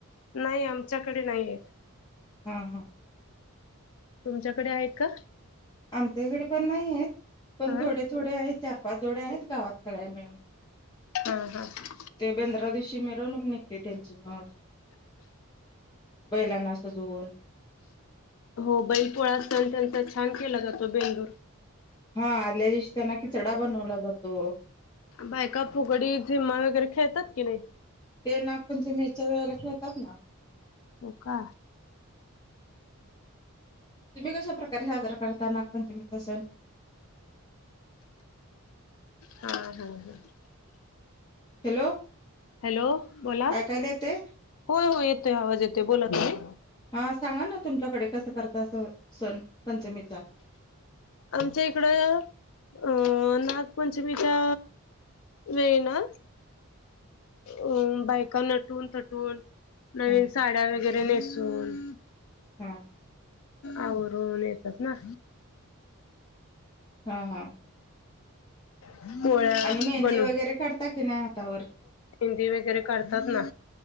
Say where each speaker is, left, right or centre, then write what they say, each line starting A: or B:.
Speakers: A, on the left; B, on the left.
A: नाही आमच्याकडे नाहीये.
B: हा, हा.
A: तुमच्याकडे आहेत का?
B: आमच्या इकडे पण नाही आहेत. पण
A: हा
B: थोडे, थोडे आहेत चार, पाच जोडे आहेत गावात सगळ्या मिळून.
A: हम् हम
B: ते बेंद्रा दिवशी मिरवणूक निघते त्यांची मग बैलांना सजवून
A: हो बैलपोळा असल त्यांचा छान केला जातो बेंगलूर
B: हा आदल्या दिवशी त्यांना खिचडा बनवला जातो
A: बायका फुगडी झिम्मा वगैरे खेळतात की नाही
B: ते नागण तुम्ही याच्या वेळेला खेळात ना
A: होका
B: तुम्ही कशाप्रकारे साजरा करता नागपंचमीचा सण
A: हा हो हो
B: हॅलो
A: हॅलो बोला
B: ऐकायला येते
A: होय हो येतोय आवाज येतोय बोलात नाही
B: हा सांगा ना तुमच्याकडे कसं करत असं सण पंचमीचा
A: आमच्या इकडं अं नागपंचमीच्या वेळ ना अ बायकां नटून तटून नवीन
B: ह
A: साड्या वगैरे नेसून
B: हा
A: आून येतात ना
B: हा हा
A: हम् पोळ्या
B: आणि मेहंदी
A: बनून
B: वगैरे काढता की नाही हातावर
A: मेंदी वगैरे करतात ना